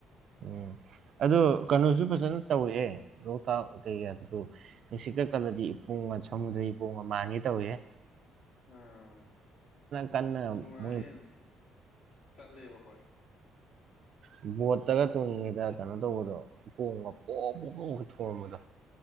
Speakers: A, on the right (about 55°); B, on the left (about 70°).
A: ꯎꯝ ꯑꯗꯨ ꯀꯅꯣꯁꯨ ꯐꯖꯟ ꯇꯧꯋꯦꯍꯦ ꯂꯣꯛꯇꯥꯛ ꯀꯩꯀꯥ ꯑꯗꯨꯁꯨ ꯅꯨꯡꯁꯤꯠꯀ ꯀꯜꯂꯗꯤ ꯏꯄꯣꯒ ꯁꯃꯨꯗ꯭ꯔ ꯏꯄꯣꯒ ꯃꯥꯟꯒꯦ ꯇꯧꯏꯍꯦ
B: ꯑꯥ
A: ꯀꯟꯅ
B: ꯅꯨꯡꯉꯥꯏꯌꯦ
A: ꯃꯣꯏ
B: ꯑꯗꯨꯝ ꯆꯠꯂꯦꯕꯈꯣꯏ
A: ꯎꯝ ꯕꯣꯠꯇꯒ ꯇꯣꯡꯉꯤꯉꯩꯗ ꯀꯩꯅꯣ ꯇꯧꯕꯗꯣ ꯎꯄꯣꯒ ꯄꯣꯞ ꯄꯣꯞ ꯄꯣꯛꯒ ꯊꯣꯡꯉꯝꯕꯗꯣ